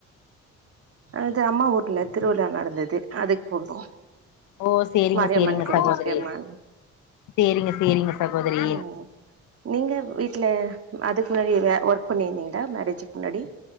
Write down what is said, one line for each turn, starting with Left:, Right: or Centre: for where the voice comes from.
Right: அது அம்மா ஊர்ல திருவிழா நடந்துது அதுக்கு போன்டோ
Left: ஓ சேரிங்க
Right: மாரியம்மன்
Left: சேரிங்க
Right: கோவிலுக்கு
Left: சகோதரி
Right: ம
Left: சேரிங்க சேரிங்க சகோதரி
Right: ம் நீங்க வீட்ல அதுக்கு முன்னாடி ஒர்க் பண்ணிருந்தீங்களா மேரேஜுக்கு முன்னாடி